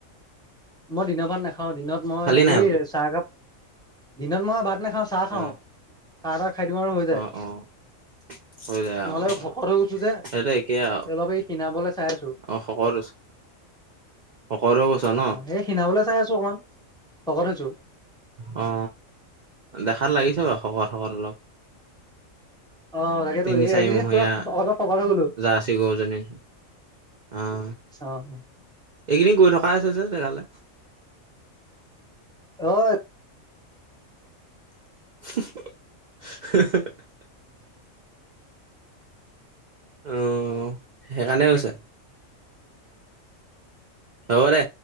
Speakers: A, in the centre; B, on the right.
A: মই দিনৰ ভাত নাখাও দিনত মই
B: নাই
A: এই
B: বোলো
A: চাহকাপ দিনত মই ভাত নাখাওঁ চাহ খাওঁ
B: অ
A: চাহ তাহ খাই দিওঁ আৰু হৈ যায়
B: অ অ <unintelligible> হৈ যায়
A: নহ'লে
B: আহ
A: শকত হৈ গৈছো যে
B: সেই একে আও
A: অলপ এই খীণাবলৈ চাই আছো
B: অ শকত শকত হয় গৈছ ন
A: অ সেই ক্ষীনাবলৈ চাই আছো অকমান শকত হৈছো
B: অ দেখাত লাগিছে বাৰু শকত শকত অলপ
A: অ তাকেইতো
B: তিনি
A: এই
B: চাৰি
A: এইকেইদিন
B: মহীয়া
A: পুৰা অলপ শকত হৈ গলো।
B: জাৰ্চি গৰুজনী অ
A: আহ।
B: এইকেইদিন কৰি থকাই হৈছে যে জেগালে।
A: অ
B: <unintelligible> অ সেইকাৰণে হৈছে। হ'ব দে